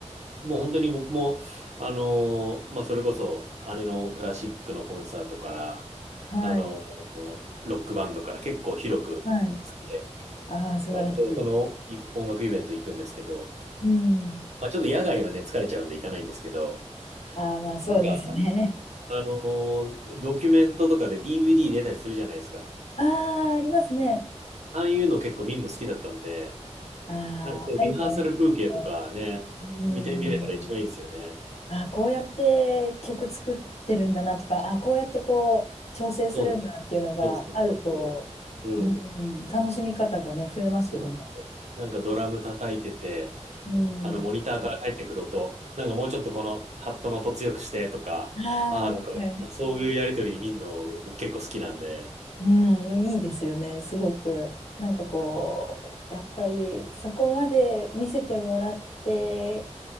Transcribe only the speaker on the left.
ーはい。
はい。ああ、素晴らしい。
うん。
ああ、まあそうですね。
ああ、ありますね。
ああ、
ああいうのはいいですね。うん。
あ、こうやって曲作ってるんだなとか、あ、こうやってこう調整するんだっていうのがあると、
うん、うん楽しみ方がね、増えますよね。
うん。
ああ、
はい。うん、いいですよね、すごく。なんかこう、やっぱりそこまで見せてもらって